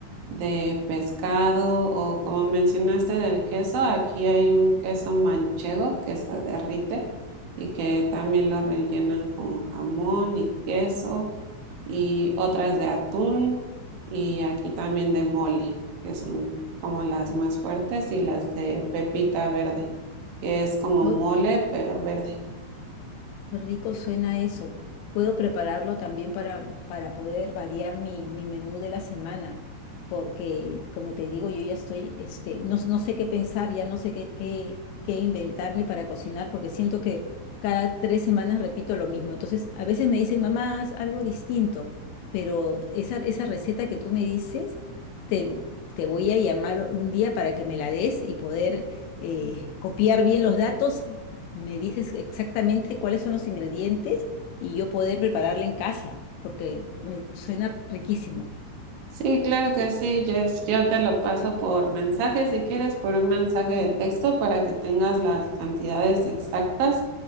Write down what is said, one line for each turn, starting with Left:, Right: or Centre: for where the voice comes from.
Right: de pescado o como mencionaste del queso, aquí hay un queso manchego que se derrite y que también lo rellenan con jamón y queso y otras de atún y aquí también de mole, que son como las más fuertes y las de pepita verde, que es como
Left: Lo-
Right: mole pero verde.
Left: Qué rico suena eso. Puedo prepararlo también para, para poder variar mi, mi menú de la semana, porque como te digo, yo ya estoy, este, no, no sé qué pensar, ya no sé qué, qué, qué inventarme para cocinar, porque siento que cada tres semanas repito lo mismo. Entonces, a veces me dicen, mamá, haz algo distinto, pero esa, esa receta que tú me dices, te, te voy a llamar un día para que me la des y poder eh, copiar bien los datos me dices exactamente cuáles son los ingredientes y yo poder prepararla en casa, porque me suena riquísimo.
Right: Sí, claro que sí, Jess. Yo te lo paso por mensaje, si quieres, por un mensaje de texto para que tengas las cantidades exactas